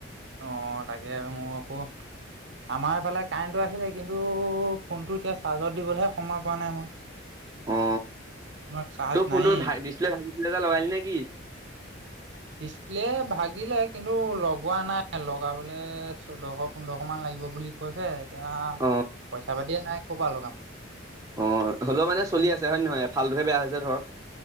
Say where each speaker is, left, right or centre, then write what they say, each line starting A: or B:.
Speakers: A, on the right; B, on the right.
A: অ তাগে অ ক আমাৰফালে কাৰেণ্টটো আহিলে কিন্তু ফোনটো এতিয়া চাৰ্জত দিবলৈহে সময় পোৱা নাই মই।
B: অ
A: ফোনত চাৰ্জ
B: তোৰ ফোনটো
A: নায়েই
B: ভাই ডিছপ্লে ভাঙিছিলে ডিছপ্লে লগালে না কি
A: ডিছপ্লে ভাগিলে কিন্তু লগোৱা নাই লগাবলৈ চৈধ্যশ পোন্ধৰশ মান লাগিব বুলি। কৈছে এতিয়া
B: অ
A: পইচা পাতিয়ে নাই ক'বা লগাম।
B: অ হ'লেও মানে চলি আছে হয় নে নহয় এফালটোহে বেয়া হৈছে ধৰ।